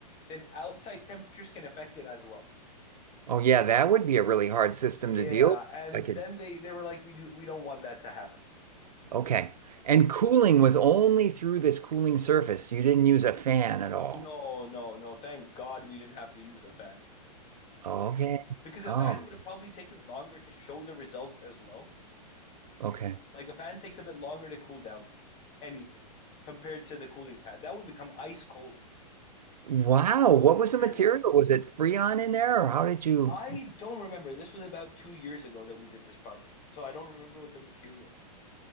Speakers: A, on the left; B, on the right.
A: then outside temperatures can affect it as well.
B: Oh yeah, that would be a really hard system
A: Yeah,
B: to deal with.
A: and
B: I could
A: then they they were like, we do we don't want that to happen.
B: okay. And cooling was only through this cooling surface. You didn't use a fan at all.
A: No, no, no. Thank God we didn't have to use a fan
B: Okay.
A: because a
B: Oh,
A: fan would have probably taken longer to show the results as well.
B: okay.
A: Like a fan takes a bit longer to cool down anything compared to the cooling pad. That would become ice cold
B: Wow, what
A: when
B: was
A: it
B: the
A: turned
B: material?
A: on.
B: Was it Freon in there, or how did you?
A: I don't remember. This was about two years ago that we did this project, so I don't remember what the material was.